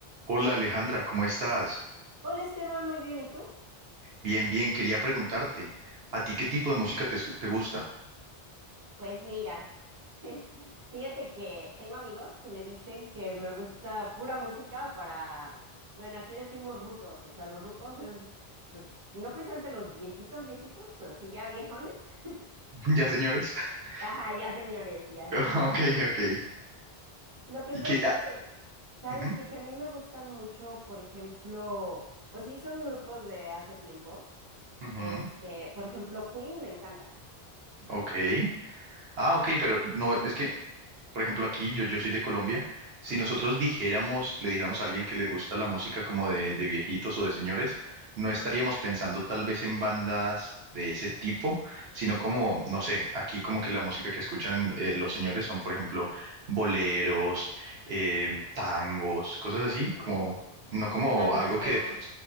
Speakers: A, on the right; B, on the right.
A: Hola Alejandra, ¿cómo estás?
B: Hola Esteban, muy bien, ¿y tú?
A: Bien, bien, quería preguntarte, ¿a ti qué tipo de música te, escu- te gusta?
B: Pues mira, <laughs> fíjate que tengo amigos que me dicen que me gusta pura música para, bueno, aquí decimos rucos, o sea, los rucos es, pues, no precisamente los viejitos, viejitos, pero sí ya viejones. <laughs>
A: <laughs> ¿Ya, señores? <laughs>
B: Ajá, ya señores, y así.
A: Ok, ok.
B: Lo que
A: ¿Y
B: pasa
A: qué?
B: es
A: ah,
B: que, ¿sabes
A: ujú,
B: qué? Que a mí me gustan mucho, por ejemplo, pues sí, son grupos de hace tiempo.
A: ujú,
B: Este, por ejemplo, Queen me encanta.
A: ok. Ah, ok, pero no, es que por ejemplo, aquí, yo, yo soy de Colombia, si
B: Ajá,
A: nosotros dijéramos, le dijéramos a alguien que le gusta la música como de, de viejitos o de señores, no
B: ajá.
A: estaríamos pensando tal vez en bandas de ese tipo, sino como, no sé, aquí como que la música que escuchan eh, los señores son, por ejemplo, boleros, eh, tangos, cosas así,
B: Mm,
A: como, no como
B: como danzón.
A: algo que, de-